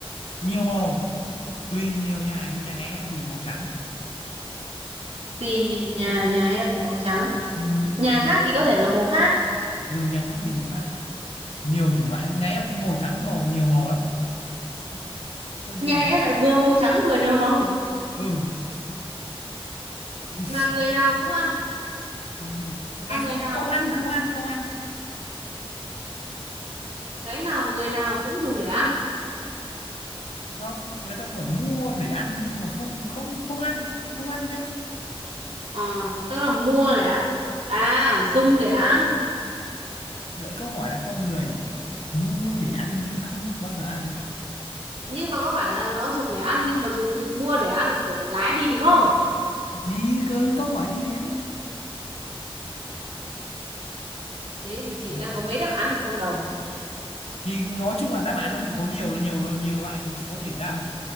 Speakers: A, on the left; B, on the right.
A: nhiều màu tùy nhiều nhà nhà em thì màu trắng
B: thì nhiều nhà
A: ừ,
B: nhà em thì màu trắng
A: ừ,
B: nhà
A: mấy-
B: khác thì có thể là màu khác
A: ừ, nhà khác thì màu khác nhiều chủng loại lắm. nhà em cũng màu trắng màu nhiều màu lắm không, không riêng
B: nhà em lại vừa màu trắng vừa nhiều màu
A: ừ <laughs>
B: mà người nào cũng ăn
A: Ừ, nghe
B: à người
A: không
B: nào
A: không ăn không ăn không ăn
B: cái nào người nào cũng dùng để ăn
A: không người ta bảo mua để ăn nhưng mà không không không ăn không ăn nhá
B: à, tức là mua để ăn à dùng để ăn
A: đấy câu hỏi là con người mua để ăn nhưng không bao giờ ăn
B: nhưng mà có phải là nó dùng để ăn nhưng mà dùng từ mua để ăn để lái đi đúng không
A: thì ừ, câu hỏi như thế
B: thế thì chị
A: đấy
B: đang có mấy đáp án ở trong đầu
A: thì nói chung là đáp
B: mua
A: án nó
B: để
A: thì có nhiều là nhiều nhiều loại thì chị có thể đa,